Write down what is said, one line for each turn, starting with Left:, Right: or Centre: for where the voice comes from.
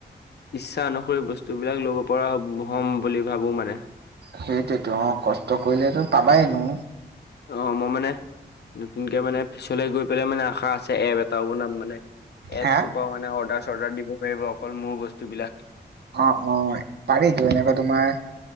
Left: ইচ্ছা অনুসৰি বস্তু বিলাক লব পৰা হব হ'ম বুলি ভাবো মানে।
Right: সেইটোয়েতো কষ্ট কৰিলেতো পাবাই এনো।
Left: অ মই মানে নতুনকে মানে পিছলে গৈ পেলেই মানে আশা আছে এপ এটাও বনাম মানে। এপটোপাও
Right: হা?
Left: মানে অৰ্ডাৰ-চৰ্ডাৰ দিব পাৰিব অকল মোৰ বস্তু বিলাক।
Right: অ অ পাৰিতো এনেকা তোমাৰ